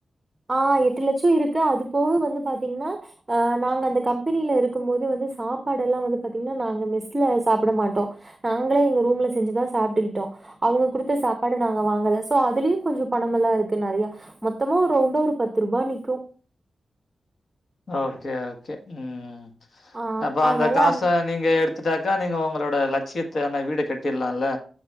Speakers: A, on the right; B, on the left.
A: ஆ எட்டு லச்சோ இருக்கு அது போக வந்து பாத்தீங்ன்னா ஆ நாங்க அந்த கம்பெனில இருக்கும் போது வந்து சாப்பாடெல்லா வந்து பாத்தீங்ன்னா நாங்க மெஸ்ல சாப்பட மாட்டோ நாங்களே எங்க ரூம்ல செஞ்சுதா சாப்ட்டுகிட்டோ அவுங்க குடுத்த சாப்பாட நாங்க வாங்கல சோ அதுலியும் கொஞ்சோ பணமெல்லா இருக்கு நெறையா மொத்தமா ஒரு ரவுண்டா ஒரு பத்து ரூபா நிக்கு
B: ஓகே ஓகே ம்
A: ஆ
B: அப்ப
A: அதனால
B: அந்த காச
A: அந்
B: நீங்க எடுத்துட்டாக்கா நீங்க உங்களோட லச்சியத்த ஆன வீட கட்டியர்லால்ல்